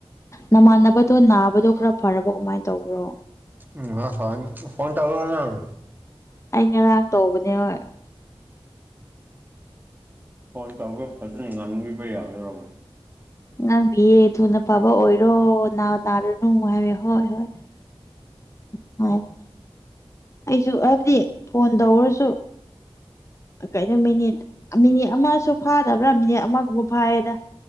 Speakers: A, on the left (about 30°); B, on the right (about 20°).
A: ꯅꯃꯥꯟꯅꯕꯗꯣ ꯅꯥꯕꯗꯣ ꯈꯔ ꯐꯔꯕꯣ ꯀꯃꯥꯏꯟ ꯇꯧꯕ꯭ꯔꯣ
B: ꯎꯝ <unintelligible> ꯐꯣꯟ ꯇꯧꯔꯣꯅꯡ
A: ꯑꯩ ꯉꯔꯥꯡ ꯇꯧꯕꯅꯦꯕꯥ
B: ꯐꯣꯟ ꯇꯧꯔꯒ ꯐꯖꯅ ꯉꯥꯡꯕꯤꯕ ꯌꯥꯗꯔꯣ
A: ꯑꯉꯥꯡꯕꯤꯌꯦ ꯊꯨꯅ ꯄꯥꯕ ꯑꯣꯏꯔꯣ ꯅꯥ ꯇꯥꯔꯅꯨ ꯍꯥꯏꯔ ꯍꯣꯏ ꯍꯣꯏ <unintelligible> ꯑꯩꯁꯨ ꯍꯥꯏꯕꯗꯤ ꯐꯣꯟ ꯇꯧꯔꯁꯨ ꯀꯩꯩꯅꯣ ꯃꯤꯅꯤꯠ ꯃꯤꯅꯤꯠ ꯑꯃꯁꯨ ꯐꯥꯗꯕ꯭ꯔꯥ ꯃꯤꯅꯤꯠ ꯑꯃꯒꯨꯝꯕ ꯐꯥꯏꯌꯦꯗ